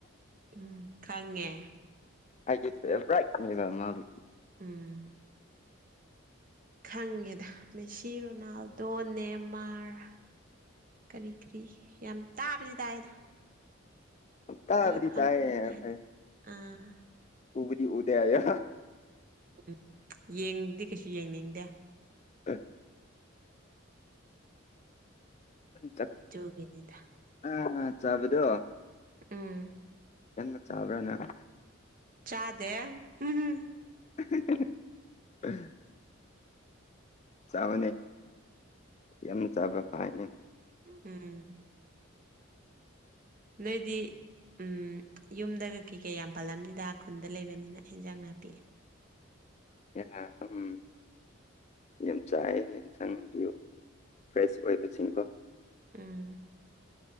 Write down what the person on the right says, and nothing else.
ꯎꯝ ꯈꯪꯉꯦ
ꯎꯝ ꯈꯪꯉꯦꯗ ꯃꯦꯁꯤ ꯔꯣꯅꯥꯜꯗꯣ ꯅꯦꯃꯥꯔ ꯀꯔꯤ ꯀꯔꯤ ꯌꯥꯝ ꯇꯥꯕꯗꯤ ꯇꯥꯏꯗ
ꯑꯗꯣ ꯈꯪ
ꯍꯥꯏꯗꯤ
ꯑꯥ
ꯎꯝ ꯌꯦꯡꯗꯤ ꯀꯩꯁꯨ ꯌꯦꯡꯅꯤꯡꯗꯦ
ꯇꯨꯒꯤꯅꯤꯗꯥ
ꯎꯝ
ꯆꯥꯗꯦ ꯍꯨꯝꯍꯨꯝ
ꯎꯝ ꯎꯝ ꯅꯣꯏꯗꯤ ꯎꯝ ꯌꯨꯝꯗꯒ ꯀꯩ ꯀꯩ ꯌꯥꯝ ꯄꯥꯜꯂꯝꯅꯤꯗ ꯈꯨꯟꯗ ꯂꯩꯕꯅꯤꯅ ꯏꯟꯖꯥꯡ ꯅꯥꯄꯤ
ꯎꯝ